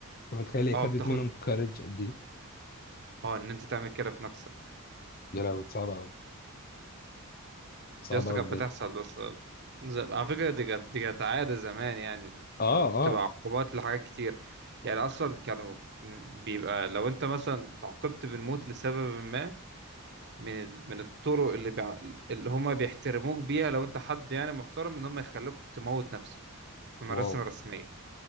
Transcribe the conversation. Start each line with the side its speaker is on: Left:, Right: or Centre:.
Left: انت متخيل هي
Right: اه
Left: خدت
Right: بتاخد
Left: منهم كارج قد ايه
Right: اه ان انت تعمل كده في نفسك
Left: يا لهوي صعبه قوي صعبه
Right: يا اسطى
Left: قوي
Right: كانت
Left: بجد
Right: بتحصل بس زي... على فكرة دي كانت دي كانت عادة زمان يعني
Left: اه
Right: وبتبقى
Left: آه.
Right: عقوبات لحاجات كتير يعني أصلا كانوا بيبقى لو أنت مثلا تعاقبت بالموت لسبب ما من ال... من الطرق اللي بيع... اللي هما بيحترموك بيها لو أنت حد يعني محترم إن هما يخلوك تموت نفسك في مراسم
Left: واو
Right: رسمية